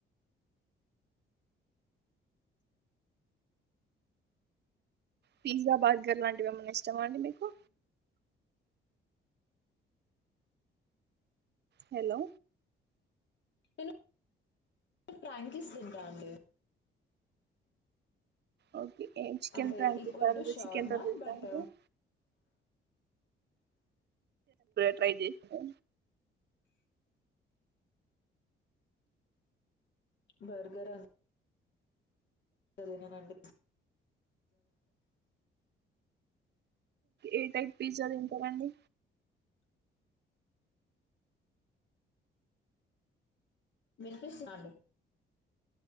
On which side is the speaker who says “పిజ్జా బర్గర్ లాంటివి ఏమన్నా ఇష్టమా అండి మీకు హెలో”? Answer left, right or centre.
Right